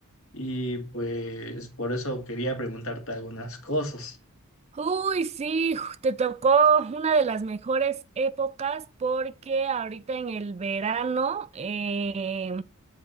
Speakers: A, on the left; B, on the right.
A: y pues por eso quería preguntarte algunas cosas.
B: Uy, sí, ju- te tocó una de las mejores épocas porque ahorita en el verano eh,